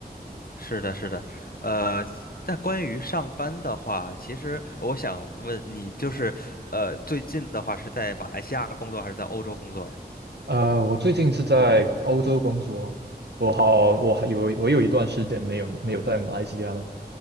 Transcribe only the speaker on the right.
呃，我最近是在欧洲工作，我好，我还有我有一段时间没有没有在马来西亚了，